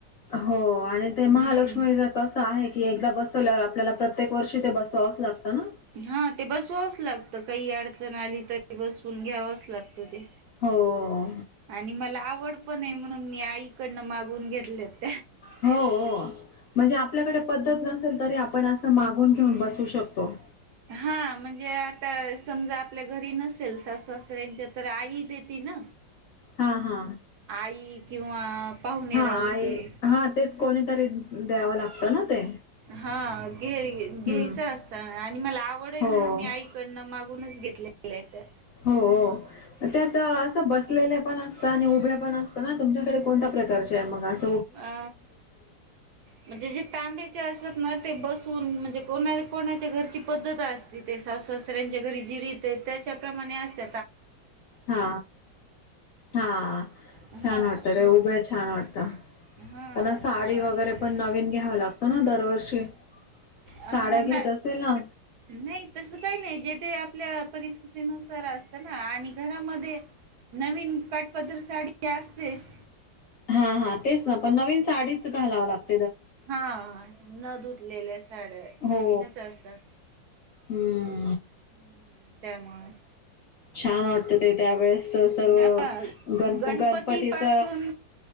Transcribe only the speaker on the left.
हो आणि ते
महालक्ष्मीच कसं आहे की एकदा बसवल्यावर आपल्याला प्रत्य प्रत्ये वर्ष ते बसवावच लागतं ना?
हो
हो म्हणजे आपल्याकडे पद्धत नसेल तरी आपण असं मागून घेऊन बसू शकतो.
हा हा
हा
आई हा तेच कोणीतरी द्यावं लागतं ना ते.
हम्म
हो
हो हो त्यात असं बसलेल्या आणि उभ्या पण असत ना तुमच्याकडे कोणत्या प्रकारचे आहे मग अस
हा हा
छान वाटतं! ते उभ्या छान वाटतं.
त्यांना साडी
वगैरे पण नवीन घ्यावं लागतं ना दरवर्षी.
साड्या घेत
असेल ना
हा हा तेच ना पण नवीन साडीच घालावं लागत.
हो
हम्म
छान वाटत ते त्यावेेळेस! सर्व
गण
गणपतीच